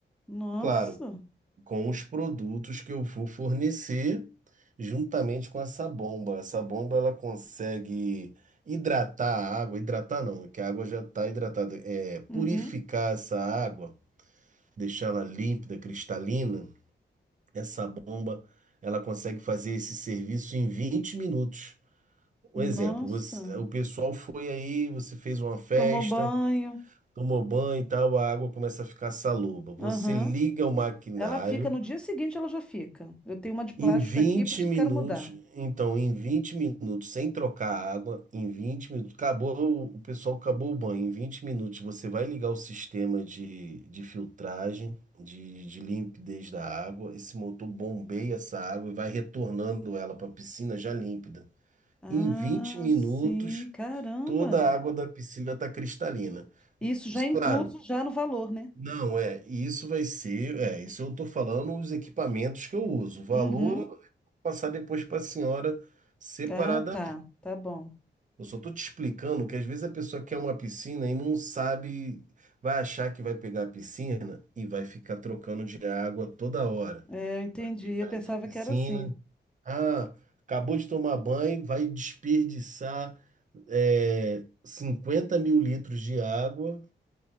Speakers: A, in the centre; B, on the right.
A: Nossa.
B: Claro, com os produtos que eu vou fornecer, juntamente com essa bomba. Essa bomba ela consegue hidratar a água, hidratar não, é que a água já está hidratada, é purificar
A: Uhum.
B: essa água, deixá-la límpida, cristalina essa bomba, ela consegue fazer esse serviço em 20 minutos. Um
A: Nossa.
B: exemplo, você- o pessoal foi aí, você fez uma festa,
A: Tomou banho.
B: tomou banho e tal, a água começa a ficar saloba. Você
A: Aham.
B: liga o maquinário
A: Ela fica no dia seguinte, ela já fica. Eu tenho uma de plástico
B: em 20
A: aqui, por isso
B: minutos,
A: que eu quero mudar.
B: então, em 20 minutos, sem trocar a água, em 20 minutos, acabou, o pessoal acabou o banho. Em 20 minutos, você vai ligar o sistema de, de filtragem, de, de limpidez da água. Esse motor bombeia essa água e vai retornando ela para a piscina já límpida.
A: Ah,
B: Em 20 minutos,
A: sim, caramba.
B: toda a água da piscina está cristalina.
A: Isso já é incluso
B: Claro,
A: já no valor, né?
B: não é. E isso vai ser, é, isso eu estou falando os equipamentos que eu uso. O valor
A: Uhum.
B: passar depois para a senhora separadamente.
A: Ah, tá, tá bom.
B: Eu só tô te explicando que às vezes a pessoa quer uma piscina e não sabe, vai achar que vai pegar a piscina e vai ficar trocando de água toda hora.
A: É, eu entendi.
B: Pegar
A: Eu pensava
B: ali a piscina,
A: que era assim.
B: ah, acabou de tomar banho, vai desperdiçar é, 50 mil litros de água